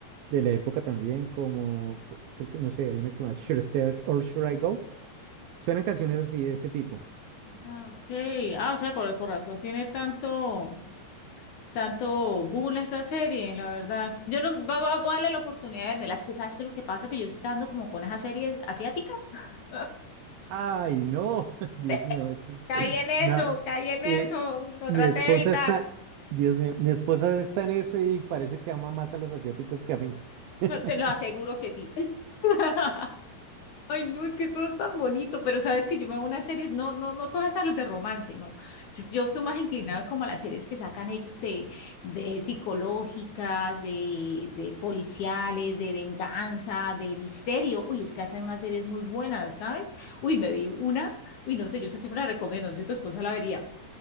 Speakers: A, on the right; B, on the left.
A: de la época también, como co- creo que, no sé, hay una que se llama Should I Stay or Should I Go? Suenan canciones así de ese tipo.
B: Ah, ok. Ah, o sea, con el corazón tiene tanto, tanto boom esta serie, la verdad. Yo no, va- va- voy a darle la oportunidad de verme. Las que sabes que lo que pasa que yo estoy dando como con esas series asiáticas. <laughs>
A: Ay, no, <laughs> Dios
B: Sí,
A: mío, eso es-
B: caí
A: <laughs>
B: en eso,
A: no.
B: caí en
A: Eh,
B: eso. Lo
A: mi
B: traté
A: esposa
B: de evitar.
A: está, Dios mío, mi esposa está en eso y parece que ama más a los asiáticos que a mí. <laughs>
B: No, te lo aseguro que sí. <laughs> Ay, no, es que todo es tan bonito, pero sabes que yo me veo unas series, no, no, no todas esas las de romance, no. Yo, yo soy más inclinada como a las series que sacan ellos de, de psicológicas, de, de policiales, de venganza, de misterio. Uy, es que hacen unas series muy buenas, ¿sabes? Uy, me vi una, uy, no sé, yo esa siempre la recomiendo, si tu esposa la vería.